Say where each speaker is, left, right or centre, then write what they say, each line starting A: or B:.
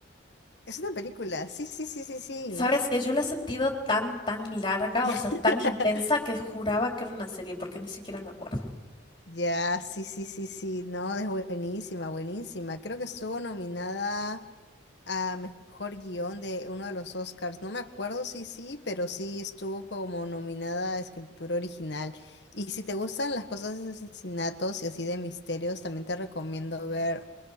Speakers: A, on the left (about 60°); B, on the left (about 25°).
A: Es una película, sí, sí, sí, sí, sí.
B: Sabes que yo la he sentido tan, tan larga, o
A: <laughs>
B: sea, tan intensa que juraba que era una serie porque ni siquiera me acuerdo.
A: Ya, sí, sí, sí, sí, no, es buenísima, buenísima. Creo que estuvo nominada a mejor guión de uno de los Oscars. No me acuerdo si sí, pero sí estuvo como nominada a escritura original. Y si te gustan las cosas de asesinatos y así de misterios, también te recomiendo ver